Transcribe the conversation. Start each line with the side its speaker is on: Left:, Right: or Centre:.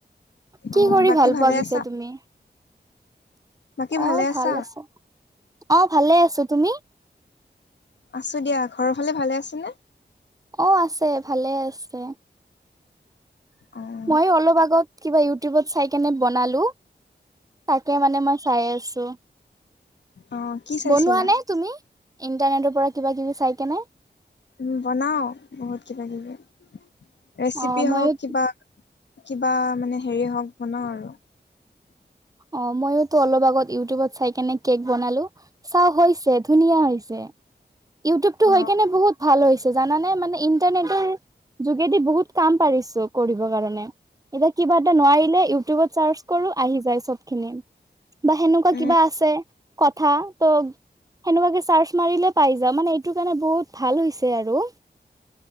Right: কি
Left: অ
Right: কৰি
Left: বাকী
Right: ভাল
Left: ভালে
Right: পোৱা পিছে
Left: আছা
Right: তুমি?
Left: বাকী
Right: অ'
Left: ভালে
Right: ভাল
Left: আছা
Right: আছে, অ', ভালে আছোঁ তুমি?
Left: আছোঁ দিয়া ঘৰৰ ফালে ভালে আছে নে?
Right: অ', আছে ভালে আছে।
Left: অ',
Right: মই অলপ আগত কিবা ইউটিউবত চাই কেনে বনালো। তাকে মানে মই চাই আছোঁ,
Left: অ কি চাইছিলা
Right: বনোৱা নে তুমি? ইণ্টাৰনেটৰ পৰা কিবা কিবি চাইকেনে?
Left: উ বনাও বহুত কিবা কিবি ৰেচিপি
Right: অ মইয়ো
Left: হওক কিবা কিবা মানে হেৰি হওঁক বনাও আৰু?
Right: অ' মইো তো অলপ আগত ইউটিউবত চাই কেনে কেক বনালো! চা হৈছে ধুনীয়া হৈছে ইউটিউবতটো
Left: অ
Right: হৈ কেনে বহুত ভাল হৈছে জানানে মানে ইণ্টাৰনেটৰ যোগেদি বহুত কাম পাৰিছো কৰিব কাৰণে। এতিয়া কিবা এটা নোৱাৰিলে ইউটিউবত চাৰ্চ কৰো আহি যায় চব খিনি। বা সেনেকুৱা
Left: উম
Right: কিবা আছে কথা ত সেনেকুৱাকে চাৰ্চ মাৰিলে পাই যাওঁ মানে এইটোৰ কাৰণে বহুত ভাল হৈছে আৰু।